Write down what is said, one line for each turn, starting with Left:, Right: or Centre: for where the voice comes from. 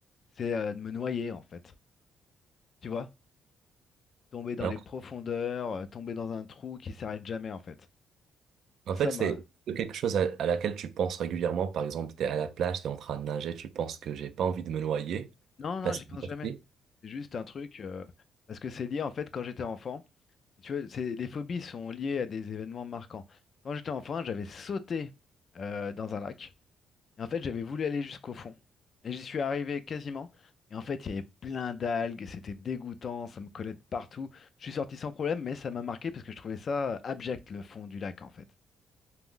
Left: C'est euh, de me noyer, en fait. Tu vois? Tomber dans
Right: Ah,
Left: les profondeurs, euh, tomber dans un trou qui s'arrête jamais, en fait.
Right: En
Left: C'est
Right: fait,
Left: ça
Right: c'est
Left: ma.
Right: quelque chose à, à laquelle tu penses régulièrement. Par exemple, tu es à la plage, tu es en train de nager, tu penses que j'ai pas envie de me noyer.
Left: Non, non,
Right: Parce
Left: j'y
Right: que
Left: pense jamais.
Right: Ouais.
Left: C'est juste un truc. euh, parce que c'est lié, en fait, quand j'étais enfant. Tu vois, c'est- les phobies sont liées à des événements marquants. Quand j'étais enfant, j'avais sauté euh, dans un lac. Et en fait, j'avais voulu aller jusqu'au fond. Et j'y suis arrivé quasiment. Et en fait, il y avait plein d'algues. C'était dégoûtant. Ça me collait de partout. Je suis sorti sans problème, mais ça m'a marqué parce que je trouvais ça euh, abject, le fond du lac, en fait.